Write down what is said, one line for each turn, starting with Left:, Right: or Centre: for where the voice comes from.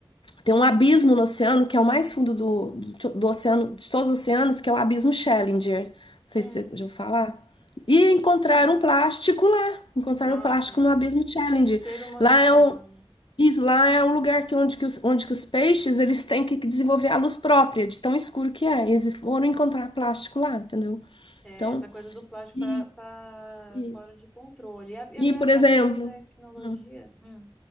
Left: Tem um abismo no oceano, que é o mais fundo do, do, do oceano, de todos os oceanos, que é o abismo Challenger. Não sei
Centre: Hum,
Left: se você já ouviu falar. E
Centre: acho
Left: encontraram
Centre: que não.
Left: um plástico lá. Encontraram
Centre: Nossa,
Left: um plástico
Centre: é.
Left: no abismo Challenger.
Centre: O ser humano
Left: Lá
Centre: é
Left: é
Centre: foda.
Left: um, isso, lá é um lugar que onde, que os, onde que os peixes eles têm que desenvolver a luz própria, de tão escuro que é. E Eles foram encontrar plástico lá, entendeu?
Centre: É,
Left: Então,
Centre: essa coisa do plástico
Left: e,
Centre: tá, tá
Left: e,
Centre: fora de controle. E a, e
Left: e
Centre: a bio-
Left: por exemplo.
Centre: a biotecnologia,
Left: hum,
Centre: hum,